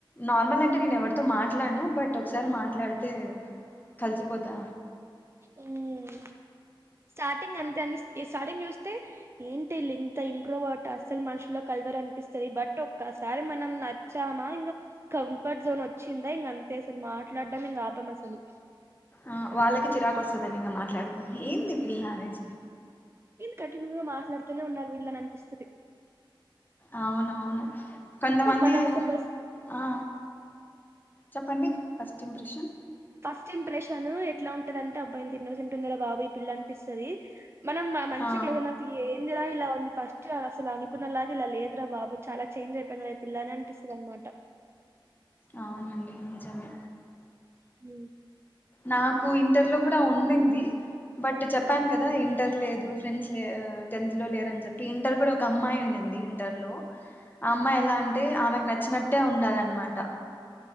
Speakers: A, on the left; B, on the right.
A: నార్మల్ అంటే నేను ఎవరితో మాట్లాడను బట్ ఒకసారి మాట్లాడితే కలిసిపోతా
B: ఉమ్ స్టార్టింగ్ అంతే అని స్టార్టింగ్ చూస్తే ఏంటి ఈళ్ళు ఇంత ఇంట్రోవర్ట్ ఆ అస్సలు మనుషుల్లో కలవరు అనిపిస్తది బట్ ఒక్కసారి మనం నచ్చామా ఇంకా కంఫర్ట్ జోన్ వచ్చిందా ఇంక అంతే అసలు మాట్లాడడం ఇంకా ఆపం అసలు
A: ఆ వాళ్ళకి చిరాకు వస్తదండి ఇంకా మాట్లాడితే ఏంది ఈ పిల్ల అనేసి
B: కంటిన్యూ గా మాట్లాడుతూనే ఉన్నారు వీళ్ళని అనిపిస్తుంది
A: అవునవును కొంతమంది
B: మనం ఒక పర్సన్
A: ఆ చెప్పండి ఫస్ట్ ఇంప్రెషన్
B: ఫస్ట్ ఇంప్రెషన్ ఎట్లా ఉంటందంటే అబ్బాయిని తిన్నసి ఉంటుందిర బాబు ఈ పిల్ల అనిపిస్తుంది మనం మంచి
A: ఆ
B: <unintelligible> ఏందిరా ఇలా ఉంది ఫస్ట్ అసలు అనుకున్నలాగా ఇలా లేదురా బాబు చాలా చేంజ్ అయిపోయింది ర పిల్లని అనిపిస్తుంది అనమాట
A: అవునండి నిజమే
B: హ
A: నాకు ఇంటర్ లో కూడా ఉంంది బట్ చెప్పాను కదా ఇంటర్ లేదు ఫ్రెండ్స్ లే టెన్త్ లో లేరుని చెప్పి ఇంటర్ కూడా ఒక అమ్మాయి ఉంంది ఇంటర్ లో అమ్మా ఎలా అంటే ఆమెకు నచ్చ వచ్చినట్టే ఉండాలన్నమాట